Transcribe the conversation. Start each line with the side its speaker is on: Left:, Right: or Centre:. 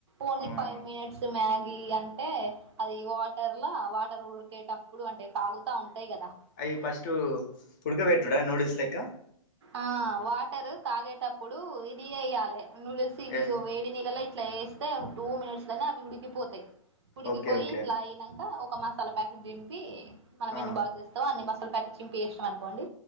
Right: ఓన్లీ
Left: అవునా
Right: ఫైవ్ మినిట్స్ మ్యాగీ అంటే అది వాటర్ లా వాటర్ ఉరికేట ఇప్పుడు అంటే తాగుతా ఉంటాయి కదా
Left: అయి ఫస్టు ఉడకబెట్టుడా నూడిల్స్ లెక్క
Right: ఆ వాటరు కాగేటప్పుడు ఇది ఏయ్యాలె నూడుల్స్ ఇవి
Left: ఏది
Right: వేడి నీళ్ళలో ఇట్లా ఏస్తే టూ మినిట్స్ నే అవి ఉడికిపోతాయి ఉడికిపోయి
Left: ఓకే ఓకే
Right: ఇట్లా అయినాంక ఒక మా మసాలా ప్యాకెట్ దింపి మనం
Left: ఆ
Right: ఎన్ని బాల్స్ వేస్తామో అన్ని మసాలా ప్యాకెట్ చింపి వేసినం అనుకోండి